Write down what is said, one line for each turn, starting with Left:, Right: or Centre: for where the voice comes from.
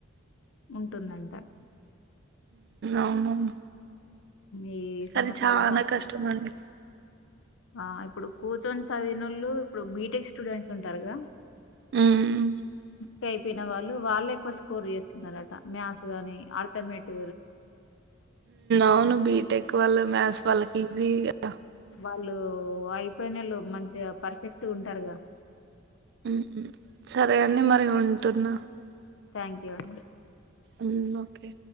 Left: ఉంటుందంట
Right: అవునవును
Left: ఈ
Right: కానీ
Left: సంవత్సరాల
Right: చాలా
Left: సం
Right: కష్టం అండి
Left: ఆ ఇప్పుడు కూర్చొన్ సవీనలు ఇప్పుడు బీటెక్ స్టూడెంట్స్ ఉంటారుగా
Right: మ్.
Left: స అయిపోయిన వాళ్ళు వాళ్ళ ఎక్కువ స్కోర్ చేస్తున్నారట మ్యాథ్స్ గాని ఆత్మీటిక్
Right: ఉన్న బిటెక వల్ మస్ వాల్కిసిగా
Left: వాళ్ళు అయిపోయినళ్ళు మంచిగా పర్ఫెక్ట్ ఉంటారుగా
Right: ఉ సరే అండి మరి ఉంటుంద
Left: థ్యాంక్ యూ అండి
Right: హ్మ్ ఓకే